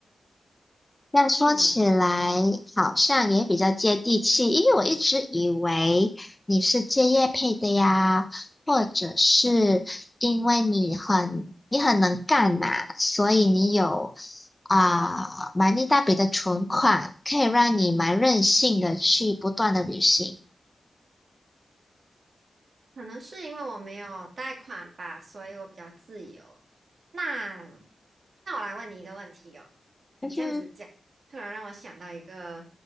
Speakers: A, on the left; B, on the right.
A: 这样说起来，
B: 嗯，
A: 好像也比较接地气，因为我一直以为你是借业配的呀，或者是因为你很你很能干嘛，所以你有啊、蛮一大笔的存款，可以让你蛮任性的去不断的旅行。
B: 可能是因为我没有贷款吧，所以我比较自由。那那我来问你一个问题哦，你这样子讲，
A: 嗯是
B: 突然让我想到一个。